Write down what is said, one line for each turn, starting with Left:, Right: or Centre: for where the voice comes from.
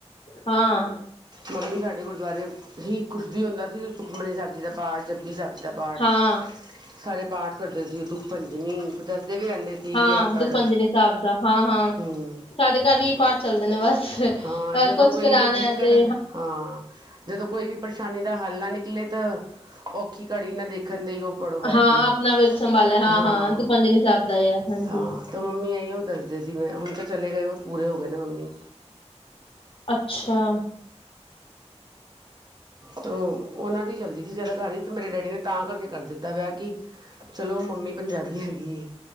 Left: ਹਾਂ।
Right: ਮੰਮੀ ਸਾਡੇ ਗੁਰਦੁਆਰੇ ਹੀ ਕੁਛ ਵੀ ਹੁੰਦਾ ਸੀ, ਸੁਖਮਨੀ ਸਾਹਿਬ ਜ਼ੀ ਦਾ ਪਾਠ, ਜਪਜੀ ਸਾਹਿਬ ਦਾ ਪਾਠ,
Left: ਹਾਂ,
Right: ਸਾਰੇ ਪਾਠ ਕਰਦੇ ਸੀ ਉਹ ਦੁੱਖ ਭੰਜਨੀ, ਦੱਸਦੇ ਵੀ ਰਹਿੰਦੇ ਸੀ।
Left: ਹਾਂ,
Right: ਕਿ ਇਹ ਪੜ
Left: ਦੁਖ ਭੰਜਨੀ ਸਾਬ ਦਾ। ਹਾਂ-ਹਾਂ,
Right: ਹੂੰ
Left: ਸਾਡੇ ਘਰ ਵੀ ਇਹੀ ਪਾਠ ਚੱਲਦੇ ਨੇ ਬਸ। ਅ
Right: ਹਾਂ, ਜਦੋਂ
Left: ਕੁਛ
Right: ਕੋਈ
Left: ਕਰਾਣਾ
Right: ਵੀ ਦਿੱਕਤ,
Left: ਹੈ ਤੇ
Right: ਹਾਂ। ਜਦੋਂ ਕੋਈ ਵੀ ਪਰੇਸ਼ਾਨੀ ਦਾ ਹੱਲ ਨਾ ਨਿਕਲੇ ਤ, ਔਖੀ ਘੜੀ ਨਾ ਦੇਖਣ ਦੇਈ ਉਹ ਪੜੋ ਬੈ
Left: ਹਾਂ
Right: ਕੇ,
Left: ਆਪਣਾ ਵਿਰਤ ਸੰਭਾਲਿਆ ਹਾਂ-ਹਾਂ
Right: ਹਾਂ,
Left: ਦੁਖਭੰਜਨੀ ਸਾਹਿਬ ਦਾ ਹੈ ਹਾਂਜੀ
Right: ਹਾਂ। ਤ ਮੰਮੀ ਏਈਯੋ ਦੱਸਦੇ ਸੀ ਮੈਂ ਹੁਣ ਤਾਂ ਚਲੇ ਗਏ ਉਹ ਪੂਰੇ ਹੋ ਗਏ ਨੇ ਮੰਮੀ।
Left: ਅੱਛਾ
Right: ਤੋ, ਉਹਨਾਂ ਦੀ ਚੱਲਦੀ ਸੀ ਜਾਦਾ ਘਰ ਚ, ਤੇ ਮੇਰੇ ਡੈਡੀ ਨੇ ਤਾਂ ਕਰਕੇ ਕਰ ਦਿੱਤਾ ਵਿਆਹ ਕੀ ਚਲੋ ਮੰਮੀ ਪੰਜਾਬੀ ਹੈਗੀ ਏ,